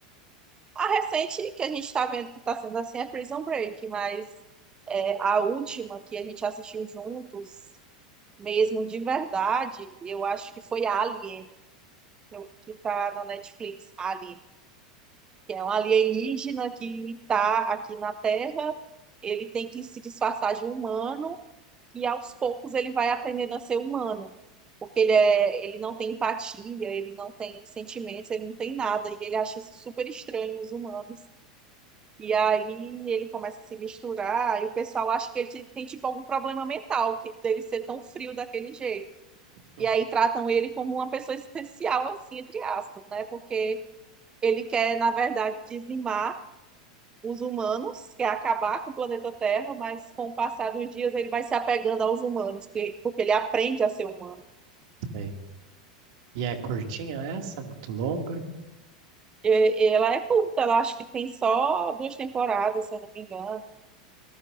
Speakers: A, on the right (about 20°); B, on the right (about 65°).
A: A recente que a gente está vendo que está sendo assim é Prison Break, mas é, a última que a gente assistiu juntos, mesmo de verdade, eu acho que foi Alien, eu- que está na Netflix, Alien, que é um alienígena que está aqui na Terra, ele tem que se disfarçar de humano e aos poucos ele vai aprendendo a ser humano. Porque ele, é, ele não tem empatia, ele não tem sentimentos, ele não tem nada, e ele acha isso super estranho nos humanos. E aí ele começa a se misturar, e o pessoal acha que ele te- tem tipo algum problema mental, que dele ser tão frio daquele jeito.
B: Hum,
A: E aí tratam ele como uma pessoa especial, assim, entre aspas, né? Porque ele quer, na verdade, dizimar os humanos, quer acabar com o planeta Terra, mas com o passar dos dias ele vai se apegando aos humanos, porque, porque ele aprende a ser humano.
B: sei. E é curtinha essa? Muito longa?
A: E- ela é curta, ela acho que tem só duas temporadas, se eu não me engano.